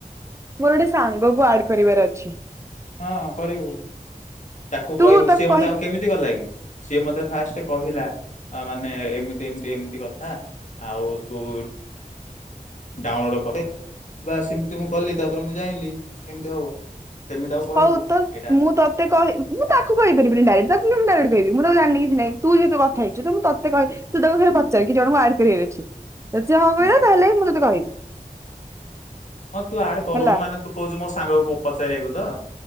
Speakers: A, on the right; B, on the left.
A: ମୋର ଗୋଟେ ସାଙ୍ଗକୁ ଆଡ କରିବାର ଅଛି
B: ହଁ କରିବୁ ତାକୁ
A: ତୁ
B: କହିବୁ
A: ତାକୁ
B: ସିଏ ମତେ
A: କହିପାରିବୁ
B: ଆଉ କେମିତି କଲା କି? ସିଏ ମତେ ଫାଷ୍ଟ କହିଲା ମାନେ ଏମିତି ଏମିତି ଏମିତି କଥା ଆଉ ତୁ ଡାଉନଲୋଡ କରେ ବାସ୍ ସେମିତି ମୁଁ କଲି ତାପରେ ମୁଁ ଜାଇଲିି କେମିତି ହବ। ସେମିତି ତାକୁ କହିବୁ
A: ହଉ ତ
B: ଏଇଟା
A: ମୁଁ ତତେ କହି ମୁଁ ତାକୁ କହିପାରିବିନି ଡାଇରେଟ୍। ତାକୁ ମୁଁ କେମିତି ଡାଇରେକ୍ଟ ଦେଇଦେବି ମୁଁ ତାକୁ ଜାଣିନି କିଛିନାଇ ତୁ ଏକା କଥା ହେଇଛୁ ତ ମୁଁ ତତେ କହଲି ତୁ ତାକୁ ଥରେ ପଚାରିକି ଜଣଙ୍କୁ ଆଡ କରିବାର ଅଛି। ଯଦି ହବ
B: ହଁ
A: ନାଇ ତା ହେଲେ ବି ମୁଁ ତତେ କହିବି।
B: ହଁ ତୁ ଆଡ କରୁନୁ
A: ହେଲା
B: ମାନେ ତୁ କହୁଛୁ ମୋ ସାଙ୍ଗକୁ ପଚାରିବାକୁ ତ।